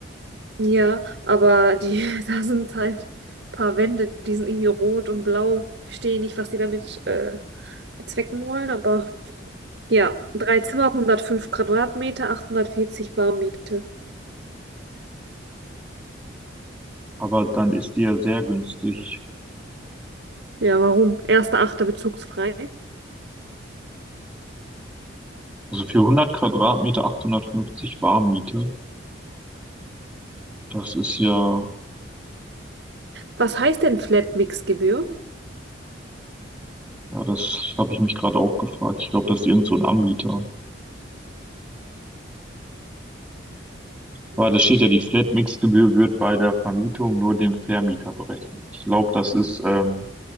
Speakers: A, on the right; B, in the centre.
A: Ja, aber die, <laughs> da sind halt ein paar Wände, die sind irgendwie rot und blau. Verstehe nicht, was die damit äh, bezwecken wollen, aber ja, drei Zimmer, hundertfünf Quadratmeter, 840 Bar Miete.
B: Aber dann ist die ja sehr günstig.
A: Ja, warum? Erster, achter bezugsfrei.
B: Also für 100 Quadratmeter 850 Warmmiete, das ist ja
A: Was heißt denn Flat-Mix-Gebühr?
B: Ja, das habe ich mich gerade auch gefragt. Ich glaube, das ist irgend so ein Anbieter. Aber da
A: Okay,
B: steht ja, die Flatmix-Gebühr wird bei der Vermietung nur dem Vermieter berechnet. Ich glaube, das ist ähm,